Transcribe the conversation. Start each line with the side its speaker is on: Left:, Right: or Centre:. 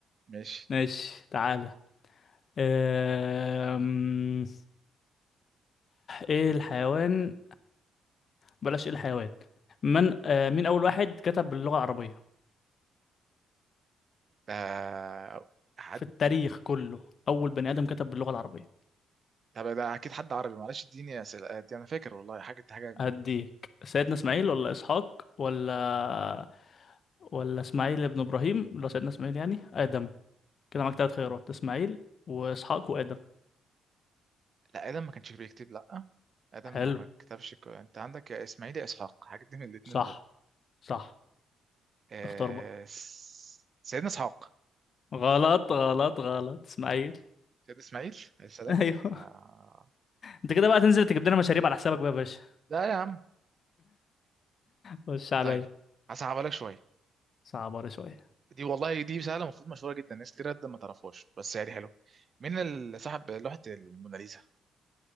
Right: ماشي
Left: ماشي تعالى أم... ايه الحيوان بلاش ايه الحيوان من أه مين اول واحد كتب باللغة العربية
Right: آه حد
Left: في التاريخ كله اول بني ادم كتب باللغة العربية
Right: طب ده اكيد حد عربي معلش اديني اسئله آه، دي انا فاكر والله حاجه دي حاجه
Left: هديك سيدنا اسماعيل ولا اسحاق ولا ولا اسماعيل ابن ابراهيم ولا سيدنا اسماعيل يعني ادم كده معاك تلات خيارات اسماعيل واسحاق وادم
Right: لا ادم ما كانش بيكتب لا ادم
Left: حلو
Right: ما, ما كتبش ك- انت عندك يا اسماعيل يا اسحاق حاجه دي من الاثنين
Left: صح
Right: دول
Left: صح
Right: آه
Left: اختار بقى
Right: س- سيدنا اسحاق
Left: غلط غلط غلط اسماعيل
Right: سيدنا اسماعيل عليه السلام
Left: <laughs> ايوه
Right: آه
Left: انت كده بقى تنزل تجيب لنا مشاريب على حسابك بقى يا باشا
Right: لا يا عم
Left: خش عليا
Right: طيب هصعبها لك شويه
Left: صعبة شوية
Right: دي والله دي سهله المفروض مشهوره جدا ناس كتير جدا ما تعرفهاش بس يعني حلو مين اللي صاحب لوحه الموناليزا